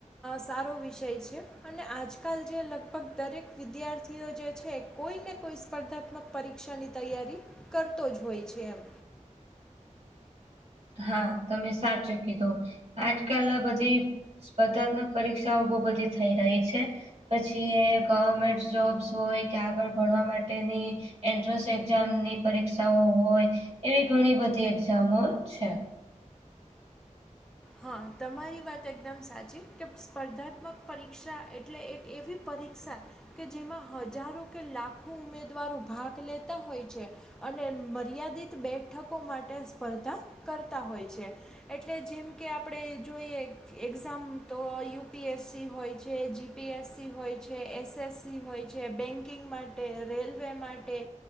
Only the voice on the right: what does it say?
હા તમે સાચું કીધું આજકાલ બધી સ્પર્ધાત્મક પરીક્ષાઓ બહુ બધી થઈ રહી છે પછી એ ગવર્મેન્ટ જોબ્સ હોય કે આગળ ભણવા માટેની એન્ટ્રન્સ એક્ઝામની પરીક્ષાઓ હોય એવી ઘણી બધી એક્ઝામો છે